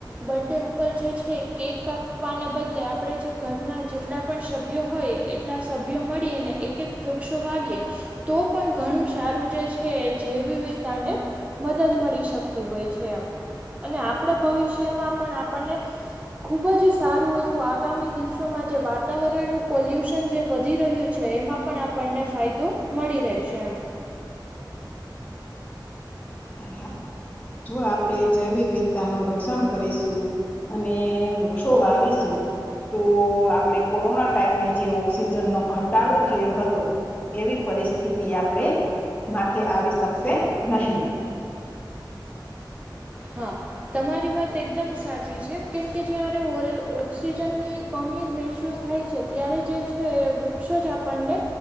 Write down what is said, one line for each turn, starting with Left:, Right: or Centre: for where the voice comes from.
Right: બથર્ડે ઉપર જે છે કે, ક કાપવાને બદલે આપણે જે ઘરના જેટલા પણ સભ્યો હોય. સભ્યો મળી, અને એક એક વૃક્ષો વાવીએ. તો પણ ઘણું સારું જે છે, એ જેવ વિવિધતાને મદદ મળી શકતી હોય છે એમ, અને આપણે ભવિષ્યમાં પણ આપણને ખુબ જ સારું એવું, આગામી દિવસોમાં જે વાતાવરણનું પોલ્યુશન જે વધી રહ્યું. છે એમાં પણ આપણને ફાયદો મળી રહેશે એમ.
Left: હા હા જો આપણેે જૈવવિધતાનું રક્ષણ કરીશું અને વૃક્ષો વાવીશું તો આપણે કોરોના ટાઈમે જે ઓક્સિજનનો ઘટાડો થયો હતો. એવી પરિસ્થિતિ આપણેે માથે આવી શકશે નહી.
Right: હા તમારી વાત એકદમ સાચી છે કેમ કે જ્યારે ઓરે ઓક્સિજનની કમી મહેસૂસ થાય છે, ત્યારે જે છે એ વૃક્ષો જ આપણને